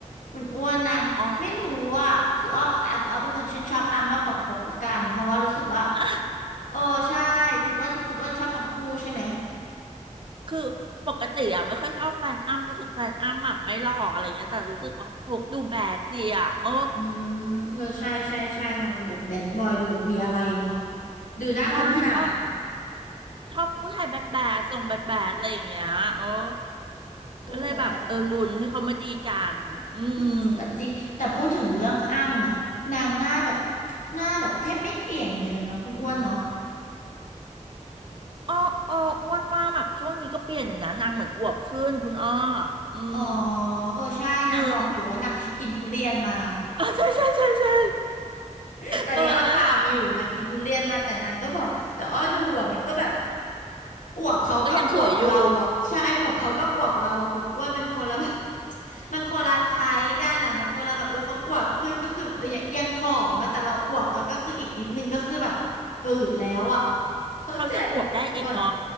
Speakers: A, on the left; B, on the right.
A: คุณอ้วนนางไม่รู้อ่ะคืออ้ออ่ะคืออ้อเป็นคนชื่นชอบอ้ำมากกว่าพกละกันเพราะว่ารู้สึกว่า
B: อ๋อ <laughs> อ่ะ
A: โอ้ใช่คุณอ้วนคุณอ้วนชอบทั้งคู่ใช่ไหม
B: คือปกติอ่ะไม่ค่อยชอบแฟนอ้ำรู้สึกแฟนอ้ำแบบไม่หล่ออะไรเงี้ยแต่รู้สึกว่าโพกดูแบดดีอ่ะโอ้
A: อืมเออใช่ใช่ใช่นางดูแบบแบดบอยดูแบบมีอะไรเนาะดูน่าค้นหา
B: ใช่ชอบชอบผู้ชายแบดแบดทรงแบดแบดอะไรอย่างเงี้ยโอ้
A: โอ้แต่
B: ก็เลยแบบเออลุ้นให้เขามาดีกัน อืม
A: อืมก็จริงแต่พูดถึงเรื่องอ้ำอ่ะนางหน้าแบบหน้าแบบแทบไม่เปลี่ยนไปเลยเนาะคุณอ้วนเนาะ
B: อ้ออ้ออ้วนว่าแบบช่วงนี้ก็เปลี่ยนอยู่นะนางเหมือนอวบขึ้นคุณอ้ออืม
A: อ๋อเออใช่นางบอกอยู่ว่านางกินทุเรียนมา
B: นิดนึง <laughs> อ๋อใช่ใช่ใช่ใช่
A: <laughs> อันนี้อ้อตามอยู่นางกินทุเรียนมาแต่นางก็บอกแต่อ้อดูอ่ะมันก็แบบ
B: เออนั่นแหละ
A: อวบเขาก็อวบเราอ่ะใช่อวบเขาก็อวบเราอ่ะคุณอ้วนมันคนละแบบ
B: ก็ยังสวยอยู่
A: <laughs> มันคนละไทยกันอ่ะมันคนละแบบเออเขาอวบขึ้นก็คือเออยังยังผอมมาแต่เราอวบแล้วก็คืออีกนิดนึงก็คือแบบอืดแล้วอ่ะ <laughs> เข้าใจไหมคุณอ้วน
B: เขายังอวบได้อีกเนาะ